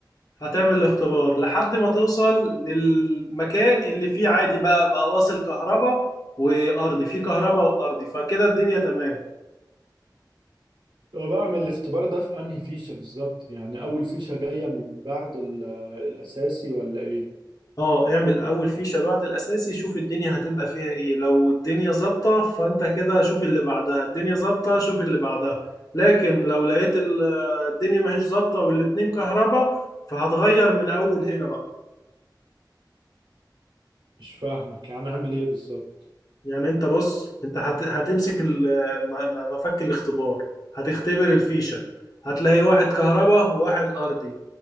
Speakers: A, on the left; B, on the right.
A: هتعمل الاختبار لحد ما توصل للمكان اللي فيه عادي بقى بقى واصل كهرباء وارضي فيه كهرباء وارضي فكده الدنيا تمام
B: طب بعمل الاختبار ده في انهي فيشة بالظبط يعني اول فيشة جاية من بعد ال- الاساسي ولا ايه
A: اه اعمل اول فيشة بعد الاساسي شوف الدنيا هتبقى فيها ايه لو الدنيا ظابطة فانت كده شوف اللي بعدها الدنيا ظابطة شوف اللي بعدها لكن لو لقيت ال- آه، الدنيا ماهيش ظابطة والاتنين كهربا فهتغير من اول هنا بقى
B: مش فاهمك يعني اعمل ايه بالظبط
A: يعني انت بص انت هت... هتمسك ال- آه، م- م- مفك الاختبار هتختبر الفيشة هتلاقي واحد كهربا وواحد ارضي